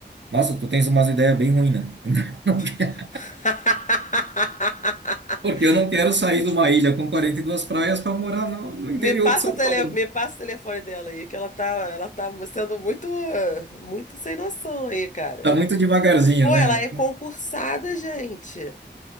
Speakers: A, on the right; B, on the left.
A: Nossa, tu tens umas ideias bem ruins, né? <laughs> Não quero-
B: <laughs>
A: Porque eu não quero sair de uma ilha com 42 praias para morar no, no interior
B: Me passa
A: de São
B: o
A: Paulo.
B: tele... Me passa o telefone dela aí, que ela tá, ela tá sendo muito, muito sem noção aí, cara.
A: Tá muito devagarzinho,
B: Pô,
A: né?
B: ela é concursada, gente.